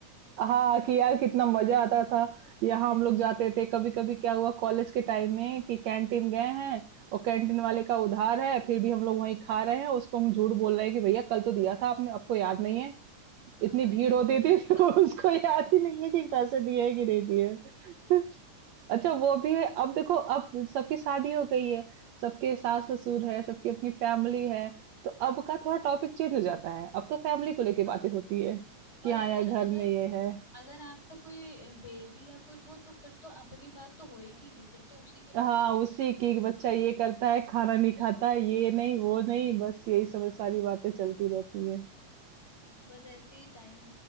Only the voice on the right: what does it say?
हाँ कि यार कितना मजा आता था यहाँ हम लोग जाते थे कभी कभी क्या हुआ कॉलेज के टाइम में कि कैंटीन गए हैं और कैंटीन वाले का उधार है फिर भी हम लोग वहीं खा रहे हैं उसको हम झूठ बोल रहे हैं कि भैया कल तो दिया था आपने आपको याद नहीं है
इतनी भीड़
होती
थी <laughs>
तो उसको याद ही नहीं है कि पैसे दिए हैं कि नहीं दिए हैं। <laughs> अच्छा वो
भी है अब देखो अब सबकी शादी हो गई है सबके सास ससुर है सबकी अपनी फैमिली है तो अब का थोड़ा टॉपिक चेंज हो जाता है अब तो फैमिली को लेके
बातें होती है
कि हाँ
यार घर
में ये है
हाँ
उसी की बच्चा ये करता है खाना नहीं
खाता है, ये नहीं वो नहीं बस यही सब सारी बातें चलती रहती है